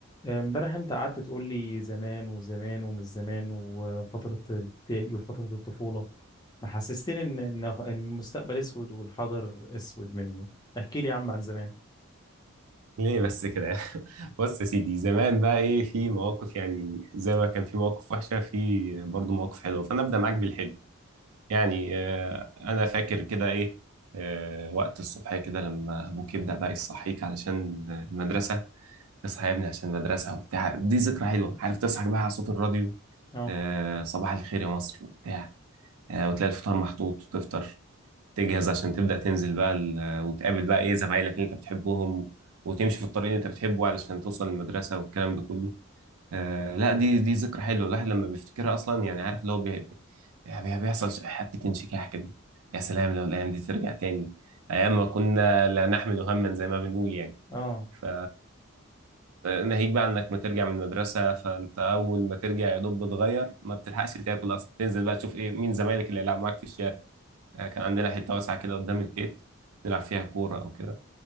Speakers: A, on the left (about 20°); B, on the right (about 80°).
A: آه، امبارح انت قعدت تقول لي زمان وزمان ومش زمان وفترة الابتدائي وفترة الطفولة محسستني ان ان إن المستقبل اسود والحاضر اسود منه احكي لي يا عم عن زمان
B: ليه بس كده <laughs> بص يا سيدي زمان بقى ايه في مواقف يعني زي ما كان في مواقف وحشه في برضه مواقف حلوه فانا ابدا معاك بالحلو يعني آه انا فاكر كده ايه آه وقت الصبح كده لما ابوك يبدا بقى يصحيك علشان المدرسه اصحى يا ابني عشان المدرسه وبتاع دي ذكرى حلوه عارف تصحى بقى على صوت الراديو
A: اه
B: آه صباح الخير يا مصر وبتاع آه وتلاقي الفطار محطوط وتفطر تجهز عشان تبدأ تنزل بقى ال- وتقابل بقى ايه زمايلك اللي انت بتحبهم وتمشي في الطريق اللي انت بتحبه علشان توصل المدرسة والكلام ده كله آه لا دي دي ذكرى حلوة الواحد لما بيفتكرها أصلا يعني عارف اللي هو بي- بي- بي- بيحصل ش- حتة انشكاح كده يا سلام لو الأيام دي ترجع تاني أيام ما كنا لا نحمل هما زي ما بنقول يعني
A: اه
B: ف ناهيك بقى انك ما ترجع من المدرسه فانت اول ما ترجع يا دوب بتغير ما بتلحقش تاكل اصلا تنزل بقى تشوف ايه مين زمايلك اللي هيلعب معاك في الشارع آه، كان عندنا حتة واسعة كده قدام البيت نلعب فيها كورة أو كده